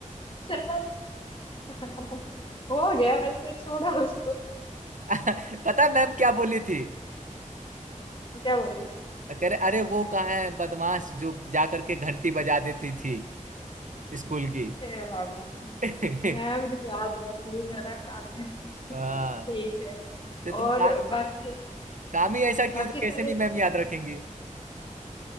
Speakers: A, on the left; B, on the right.
A: चलो <laughs> हो गया मेरे से छोड़ा उसको
B: <laughs> पता है मैम क्या बोली थी
A: क्या बोली
B: कह रहे अरे वो कहाँ है बदमाश जो जा करके घंटी बजा देती थी स्कूल की
A: हे बाबा
B: <laughs>
A: मैम भी याद रख ली मेरा काम <laughs>
B: हाँ
A: ठीक है
B: तो तुम
A: और
B: का,
A: बाकी
B: काम ही ऐसा किया
A: बाकी
B: तो कैसे
A: सारे
B: नहीं मैम याद रखेंगी